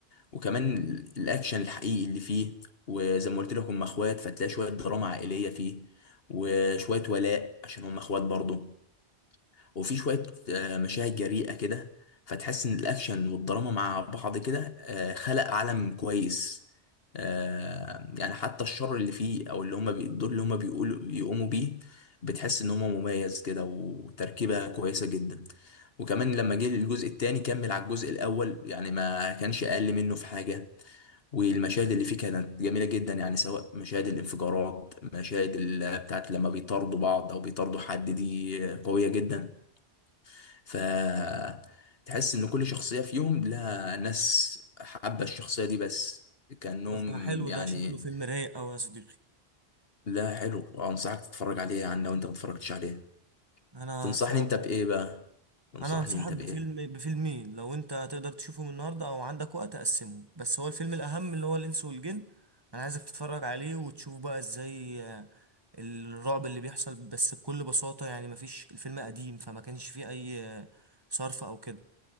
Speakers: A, on the left; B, on the right.
A: وكمان ال- الاكشن الحقيقي اللي فيه وزي ما قلت لك هم اخوات فتلاقي شويه دراما عائليه فيه وشويه ولاء عشان هم اخوات برضه وفي شوية آه، مشاهد جريئة كده فتحس إن الأكشن والدراما مع بعض كده آه، خلق عالم كويس آه، يعني حتى الشر اللي فيه أو اللي هما بي- الدور اللي هما بيقولوا بيقوموا بيه بتحس إن هما مميز كده وتركيبة كويسة جدا وكمان لما جه الجزء التاني كمل على الجزء الأول يعني ما كانش أقل منه في حاجة والمشاهد اللي فيه كانت جميلة جدا يعني سواء مشاهد الانفجارات مشاهد ال- بتاعت لما بيطاردوا بعض أو بيطاردوا حد دي قوية جدا فتحس ان كل شخصية فيهم لها ناس حابة الشخصية دي بس كأنهم
B: يبقى حلو
A: يعني
B: ده شكله فيلم رايق اوي يا صديقي
A: لا حلو انصحك تتفرج عليه يعني لو انت ما اتفرجتش عليه
B: انا
A: تنصحني
B: هتفرج
A: انت بايه
B: عليه
A: بقى تنصحني
B: انا هنصحك
A: انت
B: بفيلم
A: بايه
B: بفيلمين لو انت تقدر تشوفهم النهارده او عندك وقت اقسمهم بس هو الفيلم الاهم اللي هو الانس والجن انا عايزك تتفرج عليه وتشوف بقى ازاي آه، الرعب اللي بيحصل بس بكل بساطة يعني مفيش الفيلم قديم فما كانش فيه اي آه، صرف او كده